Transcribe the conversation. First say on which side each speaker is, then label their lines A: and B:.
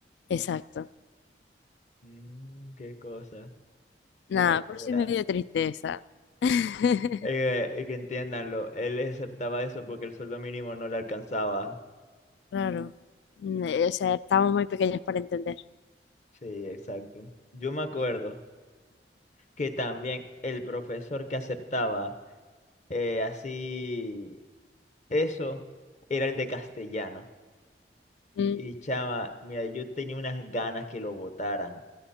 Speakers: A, on the left; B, on the left.
A: Exacto.
B: Mm, qué cosa.
A: Nada,
B: Qué locura.
A: por eso me dio tristeza. <laughs>
B: Eh, eh, que entiéndanlo. Él aceptaba eso porque el sueldo mínimo no le alcanzaba.
A: Claro. Mm, eh, O sea, estábamos muy pequeños para entender.
B: Sí, exacto. Yo me acuerdo que también el profesor que aceptaba eh, así. Eso era el de castellano.
A: Mm.
B: Y chama, mira, yo tenía unas ganas que lo votaran,